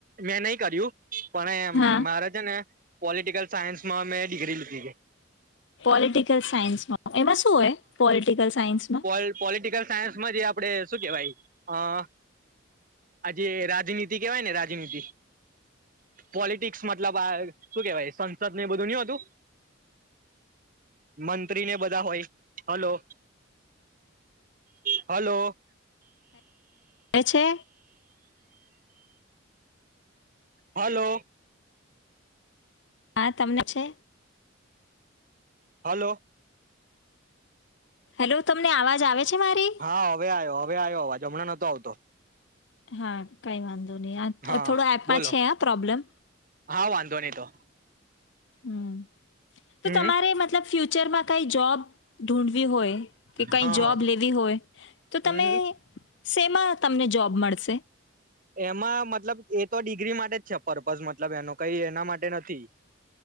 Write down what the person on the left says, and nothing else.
હા
પોલિટિકલ સાયન્સમાં. એમાં શું હોય? પોલિટિકલ સાયન્સ
એ છે.
હા, તમને છે.
હેલો, તમને આવાજ આવે છે મારી
હા, કઈ વાંધ અને આ
અ થોડો એપમાં
છે આ પ્રોબ્લેમ.
હમ
તો તમારે મતલબ ફ્યુચરમાં કઈ જૉબ ઢૂઢવી હોય કે કઈ
જવાબ
લેવી હોય તો
તમે શેમાં તમને જોબ મળશે?